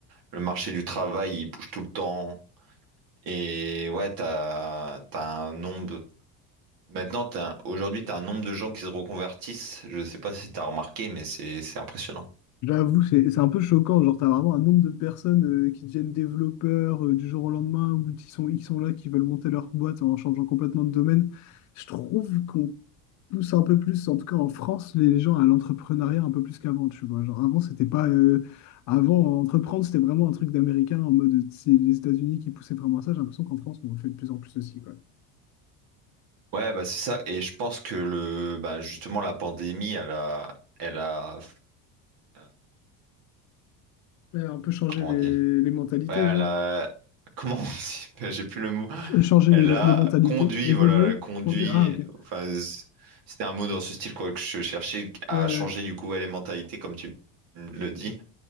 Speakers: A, on the right; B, on the left.
A: le marché du travail, il bouge tout le temps. Et ouais, t'as, t'as un nombre. Maintenant, t'as, un- aujourd'hui, t'as un nombre de gens qui se reconvertissent. Je sais pas si t'as remarqué, mais c'est, c'est impressionnant.
B: J'avoue, c'est c'est un peu choquant. Genre, t'as vraiment un nombre de personnes euh, qui deviennent développeurs euh, du jour au lendemain ou qui sont, qui sont là, qui veulent monter leur boîte en changeant complètement de domaine. Je trouve qu'on pousse un peu plus, en tout cas en France, les gens à l'entrepreneuriat un peu plus qu'avant, tu vois. Genre avant, c'était pas. euh, avant, entreprendre, c'était vraiment un truc d'américain en mode c'est les États-Unis qui poussaient vraiment à ça. J'ai l'impression qu'en France, on le fait de plus en plus aussi, quoi.
A: Ouais, bah c'est ça. Et je pense que le, bah justement, la pandémie, elle a, elle a, euh,
B: Euh, un peu changer
A: comment
B: les,
A: on dit?
B: les mentalités,
A: Ouais, elle
B: genre.
A: a... <laughs> Comment on dit? <laughs> J'ai plus le mot.
B: Ch- Changer
A: Elle
B: les, les
A: a
B: mentalités,
A: conduit,
B: évoluer,
A: voilà, elle a conduit.
B: conduire. Ah, ok.
A: Enfin, z- c'était un mot dans ce style, quoi, que je cherchais à
B: Ouais.
A: changer, du coup, ouais, les mentalités, comme tu le dis.